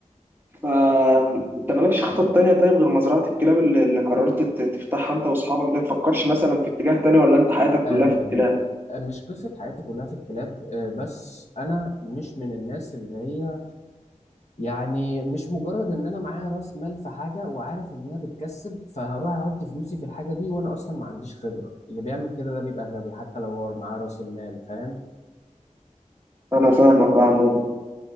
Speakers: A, on the right; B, on the left.
A: فانت مالكش خطط تانية طيب غير مزرعة الكلاب اللي اللي قررت ت- تفتحها انت واصحابك ده تفكرش مثلا في اتجاه تاني ولا انت حياتك
B: آه
A: كلها في الكلاب
B: آه، مش قصه حياتي كلها في الكلاب آه بس انا مش من الناس اللي هي يعني مش مجرد ان انا معايا راس مال في حاجه وعارف ان هي بتكسب فهروح احط فلوسي في الحاجه دي وانا اصلا ما عنديش خبره اللي بيعمل كده ده بيبقى غبي حتى لو هو معاه راس المال فاهم
A: انا فاهمك يا عموما